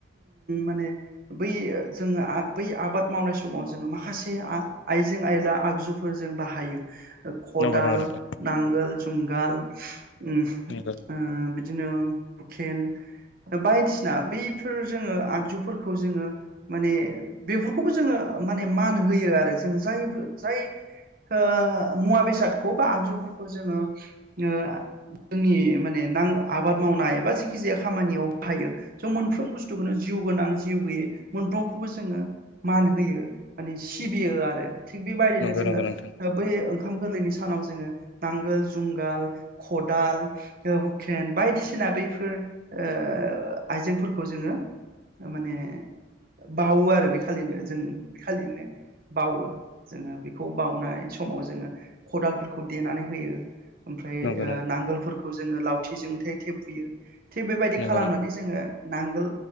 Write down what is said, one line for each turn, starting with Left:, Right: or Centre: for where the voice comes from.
Right: माने बै जोङो बै आबाद मावनाय समाव जोङो माखासे आ-आइजें आयला आगजुफोर जों बाहायो। खदाल,
Left: नंगौ नंगौ नोंथां
Right: नांगोल, जुंगाल उम
Left: नंगौ
Right: ओ बिदिनो हुखेन बायदिसिना बेफोर जोङो आगजुफोरखौ जोङो माने बेफोरखौबो जोङो माने मान होयो आरो जों जाय जाय ओ मुवा बेसादखौ बा आगजुफोरखौ जोङो ओ जोंनि माने नां आबाद मावनाय बा जेखि जाया खामानियाव बाहायो। स' मोनफ्रोम बुस्थुखौनो जिउ गोनां जिउ गैयि मोनफ्रोमखौबो जोङो मान होयो माने सिबियो आरो। थिग बेबायदिनो
Left: नंगौ
Right: जोङो
Left: नंगौ नोंथां
Right: ओ बै ओंखाम गोरलैनि सानाव जोङो नांगोल, जुंगाल, खदाल ओ हुकेन बायदिसिना बैफोर ओ आइजेंफोरखौ जोङो माने बावो आरो बे खालिनो जों बे खालिनो बावो। जोङो बेखौ बावउनाय समाव जोङो खदालफोरखौ देनानै होयो ओमफ्राय ओ
Left: नंगौ नंगौ
Right: नांगोलफोर‌ खौ जोङो लावथिजों थेथेब बुयो थिग बेबायदि
Left: नंगौ
Right: खालामनानै
Left: नंगौ
Right: जोङो नांगोल,